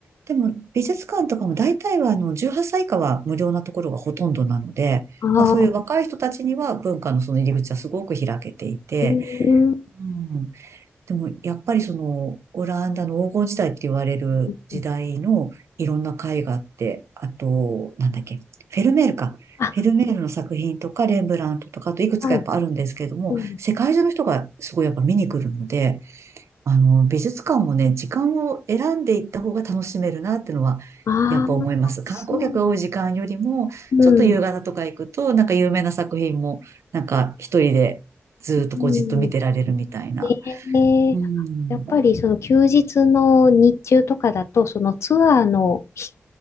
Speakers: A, on the right; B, on the left.
A: でも、美術館とかも大体は、あの、18歳以下は無料なところがほとんどなので、
B: ああ、
A: まあ、そういう若い人たちには文化のその入り口はすごく開けていて、
B: うん、うん
A: うん。でも、やっぱりその、オランダの黄金時代って言われる時代のいろんな絵画って、
B: うん
A: あと、なんだっけ、フェルメールか。
B: あ、
A: フェルメールの作品とか、レンブラントとか、あといくつかやっぱあるんですけれども、
B: はい、うん、
A: 世界中の人がすごいやっぱ見に来るので、あの、美術館もね、時間を選んでいった方が楽しめるなってのは、
B: ああ、
A: やっぱ思います。
B: そうなの、
A: 観光客が多い時間よりも、
B: うん、
A: ちょっと夕方とか行くと、なんか有名な作品も、なんか一人でずっとこうじっと見てられるみたいな。
B: うん、で、
A: うん。
B: やっぱりその休日の日中とかだと、そのツアーのひ